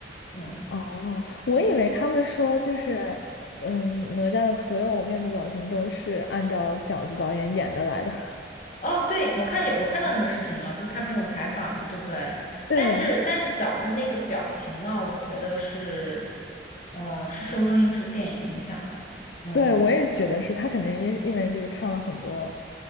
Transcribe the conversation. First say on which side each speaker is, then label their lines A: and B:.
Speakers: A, on the left; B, on the left.
A: 嗯。
B: 哦，我以为他们说就是，嗯，哪吒的所有面部表情都是按照饺子导演演的来的。<laughs>
A: 哦，对，我看有，我看到那个视频了，就是他们那种采访的，对不对？
B: 对，
A: 但是但是饺子那个表情呢，我觉得是，呃，是受中英式电影影响的。嗯，
B: 对，我也觉得是他肯定因因为就是看了很多